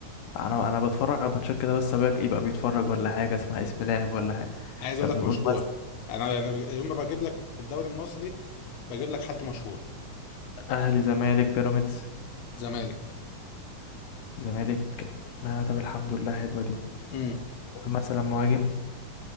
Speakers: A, on the left; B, on the left.
A: انا انا بتفرج على الماتشات كده بس ابويا يبقى بيتفرج ولا حاجه اسمها اسم لاعب ولا حاجه
B: عايز اقول
A: طب
B: لك
A: نقول
B: مشهور انا يعني بج... يوم ما بجيب لك في الدوري المصري بجيب لك حد مشهور
A: اهلي زمالك بيراميدز
B: زمالك
A: زمالك لا طب الحمد لله حلوه دي
B: امم
A: قول مثلا مهاجم